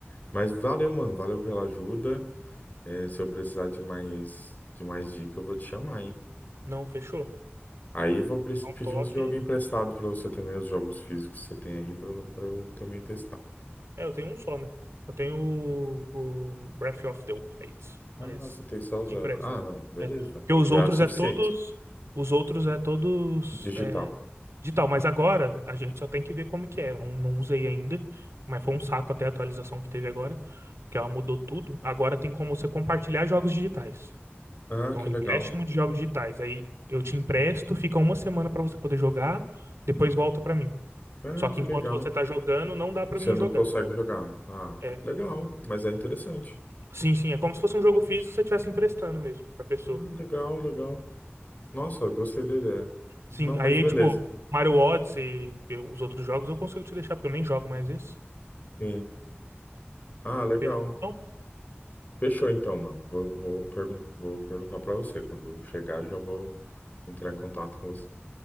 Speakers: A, on the left; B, on the right.
A: Mas valeu, mano, valeu pela ajuda. É, se eu precisar de mais, de mais dica, eu vou te chamar, hein?
B: Não, fechou.
A: Aí eu vou pre-
B: Dá um
A: pedir
B: toque.
A: uns jogos emprestados pra você também, os jogos físicos que você tem aí, pra pra eu também testar.
B: É, eu tenho um só, né? Eu tenho o, o Breath of the Wild, mas
A: Ah, você tem só o Zelda.
B: de empréstimo.
A: Ah, não, beleza.
B: É. Porque os
A: Já
B: outros
A: é o suficiente.
B: é todos. Os outros é todos
A: Digital.
B: é, digital. Mas agora a gente só tem que ver como que é. Eu não, não usei ainda, mas foi um saco até a atualização que teve agora, porque ela mudou tudo. Agora tem como você compartilhar jogos digitais.
A: Ah,
B: Então,
A: que
B: empréstimo
A: legal.
B: de jogos digitais. Aí eu te empresto, fica uma semana pra você poder jogar, depois volta pra mim.
A: Ah,
B: Só que
A: que
B: enquanto
A: legal.
B: você tá jogando, não dá pra
A: Você
B: mim
A: não
B: jogar.
A: consegue jogar. Ah,
B: É,
A: legal, mas é interessante.
B: Sim, sim, é como se fosse um jogo físico que você estivesse emprestando mesmo pra pessoa.
A: Ah, legal, legal. Nossa, gostei da ideia.
B: Sim,
A: Não,
B: aí,
A: mas beleza,
B: Hum. tipo,
A: então.
B: Mario Odyssey e os outros jogos eu consigo te deixar, porque eu nem jogo mais esse.
A: Sim. Ah, legal.
B: Fechou? Não,
A: Fechou então, mano. Vou, vou, pergun vou perguntar pra você. Quando chegar, já vou entrar em contato com você.